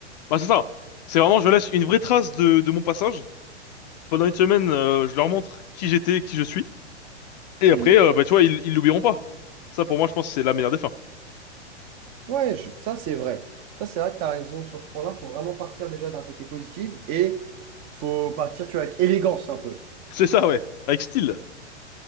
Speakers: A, on the left; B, on the right.
A: Bah c'est ça. C'est vraiment, je laisse une vraie trace de, de mon passage. Pendant une semaine, euh, je leur montre qui j'étais, qui je suis. Et après,
B: Mhm.
A: euh, bah tu vois, ils ils l'oublieront pas. Ça, pour moi, je pense que c'est la meilleure des fins.
B: Ouais, je- ça c'est vrai. Ça c'est vrai que t'as raison sur ce point-là. Faut vraiment partir déjà d'un côté positif et Faut partir, tu vois, avec élégance un peu.
A: C'est ça, ouais, avec style.